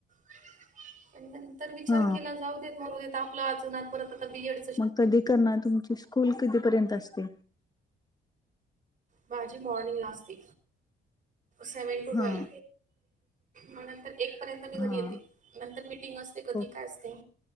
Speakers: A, on the right; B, on the left.
A: <unintelligible> तर विचार
B: हा
A: केला जाऊ देत मरू देत आपला अजून परत आता बी एड
B: मग कधी करणार तुमची स्कूल कधीपर्यंत असते?
A: माझी मॉर्निंगला असते सेव्हन टू
B: हा
A: ट्वेल. म नंतर एक पर्यंत मी
B: हा
A: घरी येते नंतर मीटिंग असते कधी
B: हो
A: काय असते.